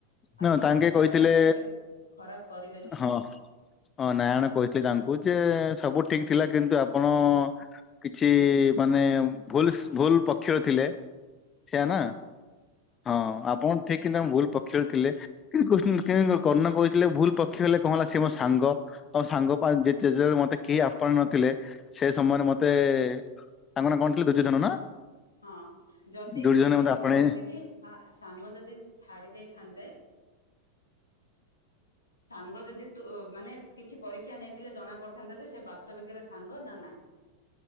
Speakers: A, on the left; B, on the left.
A: ଆଉ
B: ନା
A: ଶ୍ରୀହରି
B: ତାଙ୍କେ
A: ନାରାୟଣ
B: କହିଥିଲେ
A: ତ କେବେ ଖରାପ କରିବେନି।
B: ହଁ ହଁ ନାରାୟଣ କହିଥିଲେ ତାଙ୍କୁ ଯେ ସବୁ ଠିକ ଥିଲା କିନ୍ତୁ ଆପଣ କିଛି ମାନେ ଭୁଲ ଭୁଲ ପକ୍ଷରେ ଥିଲେ। ସେଆ
A: ହଁ
B: ନା ହଁ ଆପଣ ଠିକ କିନା ଭୁଲ ପ କ୍ଷ ରେ ଥିଲେ କି କର୍ଣ୍ଣ କହୁଥିଲେ ଭୁଲ ପକ୍ଷ ହେଲେ କଣ ହେଲା ସେ ମୋ ସାଙ୍ଗ ଆଉ ସାଙ୍ଗପାଇଁ ଯେତେବେଳେ ମତେ କେହି ଆପଣା ନଥିଲେ ସେ ସମୟରେ ମତେ ତାଙ୍କ ନା କଣ ଥିଲା ଦୁର୍ଯ୍ୟୋଧନ ନା?
A: ହଁ ଯଦି
B: ଦୁର୍ଯ୍ୟୋଧନ
A: ସେଇଟା
B: ମତେ
A: ହିଁ
B: ଆପଣେଇ
A: କହିଥିଲେ କି ସା ସାଙ୍ଗ ଯଦି ଛାଡି ଦେଇଥାନ୍ତେ ସାଙ୍ଗ ଯଦି ତୋ ମାନେ କିଛି ପରୀକ୍ଷା ନେଇଥିଲେ ଜଣା ପଡିଥାନ୍ତା ଯେ ସେ ବାସ୍ତବିକରେ ସାଙ୍ଗ ନା ନାହିଁ।